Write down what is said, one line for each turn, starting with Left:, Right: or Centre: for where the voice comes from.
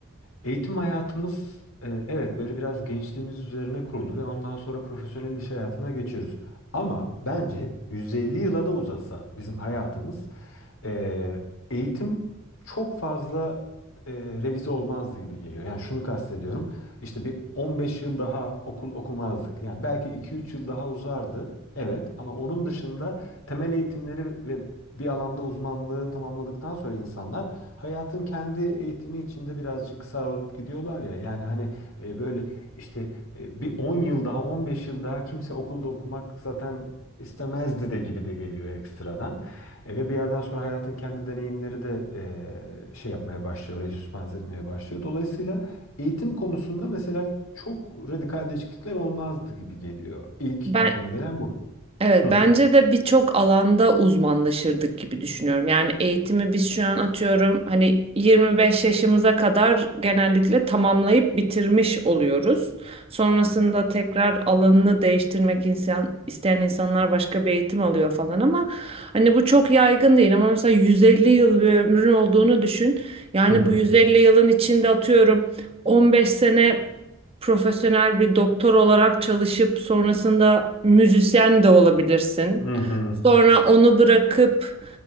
Left: Eğitim hayatımız e, evet böyle biraz gençliğimiz üzerine kurulu ve ondan sonra profesyonel iş hayatına geçiyoruz. Ama bence 150 yıla da uzasa bizim hayatımız e, eğitim çok fazla e, revize olmazdı gibi geliyor. Yani şunu kastediyorum. İşte bir 15 yıl daha okul okumazdık. Yani belki 2-3 yıl daha uzardı. Evet ama onun dışında temel eğitimleri ve bir alanda uzmanlığı tamamladıktan sonra insanlar hayatın kendi eğitimi içinde birazcık kısar olup gidiyorlar ya. Yani hani e, böyle işte e, bir 10 yıl daha 15 yıl daha kimse okulda okumak zaten istemezdi de gibi de geliyor ekstradan. E, ve bir yerden sonra hayatın kendi deneyimleri de e, şey yapmaya başlıyor, orayı süspans etmeye başlıyor. Dolayısıyla eğitim konusunda mesela çok radikal değişiklikler olmazdı gibi geliyor. İlk
Right: Ben
Left: aklıma gelen bu.
Right: Evet,
Left: Hı
Right: bence de birçok alanda uzmanlaşırdık gibi düşünüyorum. Yani eğitimi biz şu an atıyorum hani 25 yaşımıza kadar genellikle tamamlayıp bitirmiş oluyoruz. Sonrasında tekrar alanını değiştirmek insan, isteyen insanlar başka bir eğitim alıyor falan ama hani bu çok yaygın değil ama mesela 150 yıl bir ömrün olduğunu düşün. Yani
Left: hı hı.
Right: bu 150 yılın içinde atıyorum 15 sene profesyonel bir doktor olarak çalışıp sonrasında müzisyen de olabilirsin.
Left: Hı hı.
Right: Sonra onu bırakıp